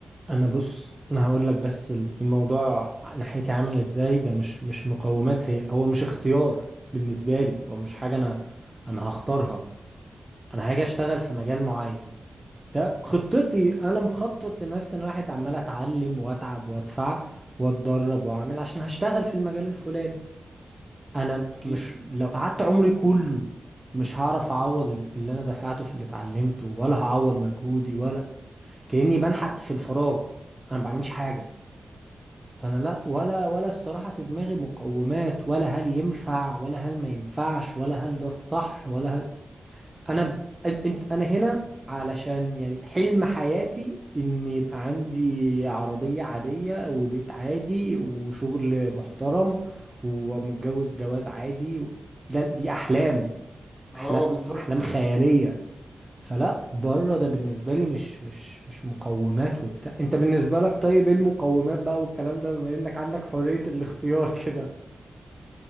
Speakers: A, on the right; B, in the centre.
A: أنا بص انا هقول لك بس الموضوع ناحيتي عامل ازاي ده مش مش مقومات هي هو مش اختيار بالنسبة لي هو مش حاجة انا انا هختارها انا هاجي اشتغل في مجال معين ده خطتي انا مخطط لنفسي انا واحد عمال اتعلم واتعب وادفع واتدرب واعمل عشان هشتغل في المجال الفلاني انا
B: اكيد
A: مش لو قعدت عمري كله مش هعرف اعوض ال- اللي انا دفعته في اللي اتعلمته ولا هعوض مجهودي ولا كأني بنحت في الفراغ انا ما بعملش حاجة فانا لا ولا ولا الصراحة في دماغي مقومات ولا هل ينفع ولا هل ما ينفعش ولا هل ده الصح ولا هل انا ب- أن- انت انا هنا علشان يعني حلم حياتي ان يبقى عندي عربية عادية وبيت عادي وشغل محترم ومتجوز جواز عادي ده دي احلام
B: اه
A: احلام
B: بالظبط
A: احلام خيالية فلا بره ده بالنسبة لي مش مش مش مقومات وبتاع انت بالنسبة لك طيب ايه المقومات بقى والكلام ده بما انك عندك حرية الاختيار كده